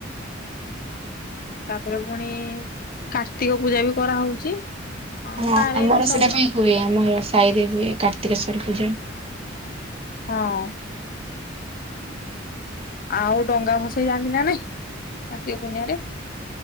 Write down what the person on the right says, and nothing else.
ହଁ
ଆମର
ସେଇଟା ପାଇଁ ହୁଏ। ଆମର ସାହିରେ ହୁଏ କାର୍ତ୍ତିକେଶ୍ଵର ପୂଜା।